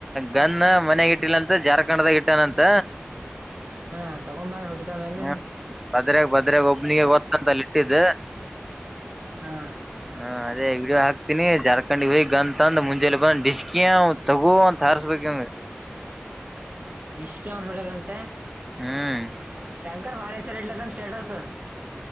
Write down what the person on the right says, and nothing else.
ಹಾ ತಗೊಂಬಂದ್ ಹೊಡಿತಂದ
ಹಾ.
ಡಿಷ್ಕವ್ ಹೊಡದಂತೆ
ಶಂಕರ್ ಮಾನಸವರಿ ಇಡ್ಲತನ ಸ್ಟೇಟಸ್.